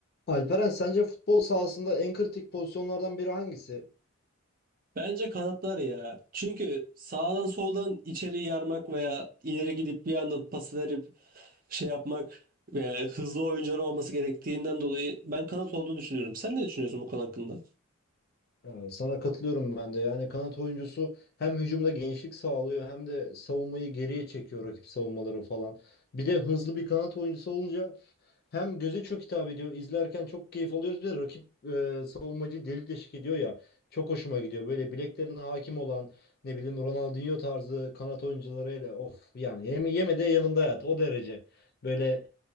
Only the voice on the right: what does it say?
Bence kanatlar ya. Çünkü sağdan soldan içeri yarmak veya ileri gidip bir anda pas verip şey yapmak veya hızlı oyuncular olması gerektiğinden dolayı ben kanat olduğunu düşünüyorum. Sen ne düşünüyorsun bu konu hakkında?